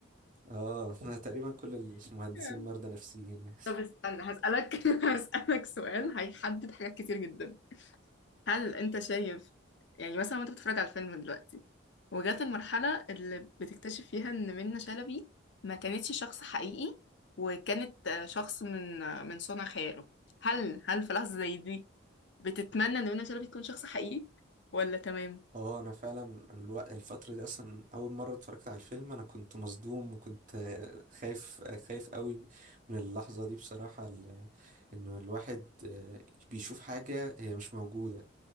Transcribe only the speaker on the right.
آه <laughs> تقريبا كل المهندسين
مرضى نفسيين يعني
اه انا فعلا الوقت الفترة دي اصلا اول مرة اتفرجت على الفيلم انا كنت مصدوم وكنت آه، خايف آه، خايف قوي من اللحظة دي بصراحة ال- انه الواحد آه، بيشوف حاجة هي مش موجودة